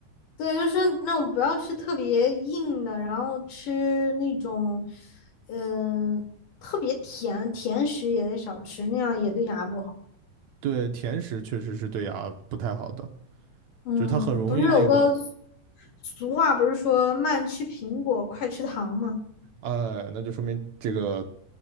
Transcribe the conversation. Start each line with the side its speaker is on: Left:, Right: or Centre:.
Left: 对，就是说那种不要吃特别硬的，然后吃那种，嗯、特别甜甜食也得少吃，那样也对牙不好。
Right: <laughs> 对甜食确实是对牙不太好的，
Left: 嗯，
Right: 就是它很容易那个，
Left: 不是有个俗话，不是说慢吃苹果，快吃糖吗？
Right: 哎，那就说明这个